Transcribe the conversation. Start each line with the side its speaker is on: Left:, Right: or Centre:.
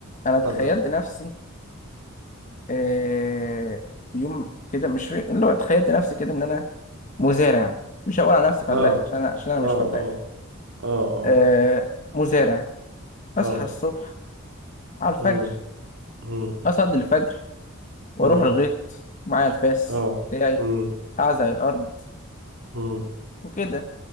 Left: انا تخيلت
Right: اتفضل
Left: نفسي آه، في يوم كده مش في اللي هو تخيلت نفسي كده ان انا مزارع مش هقول على نفسي فلاح
Right: اه
Left: عشان انا عشان انا
Right: اه
Left: مش فلاح
Right: اه اه اه
Left: آه، مزارع
Right: اه
Left: اصحى الصبح على الفجر
Right: امم امم
Left: اصلي الفجر واروح
Right: امم
Left: الغيط معايا الفاس
Right: اه
Left: بتاعي
Right: امم
Left: اعزق الارض
Right: امم
Left: وكده